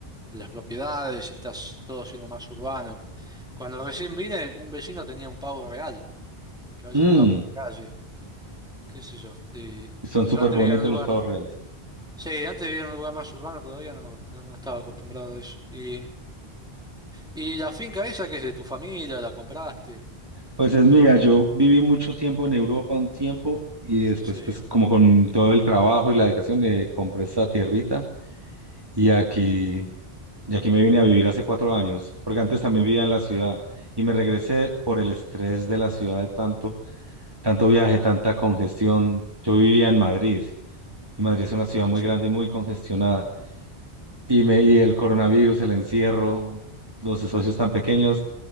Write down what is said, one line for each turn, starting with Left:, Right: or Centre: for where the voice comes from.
Centre: de las propiedades y está s- todo siendo más urbano. Cuando recién vine, un vecino tenía un pavo real, que a veces
Right: Mm,
Centre: andaba por la calle, qué sé yo. Y
Right: son súper
Centre: yo antes
Right: bonitos
Centre: vivía en un lugar,
Right: los pavos reales.
Centre: sí, antes vivía en un lugar más urbano, todavía no, no, no estaba acostumbrado a eso. Y, y la finca esa que es de tu familia, la compraste.
Right: Pues es mía, yo viví mucho tiempo en Europa, un tiempo, y después,
Centre: Sí,
Right: pues como con todo el trabajo y la dedicación, eh, compré esta tierrita y aquí, y aquí me vine a vivir hace cuatro años, porque antes también vivía en la ciudad y me regresé por el estrés de la ciudad de tanto, tanto viaje, tanta congestión. Yo vivía en Madrid y Madrid es una ciudad muy
Centre: sí.
Right: grande y muy congestionada y me y el coronavirus, el encierro, los espacios tan pequeños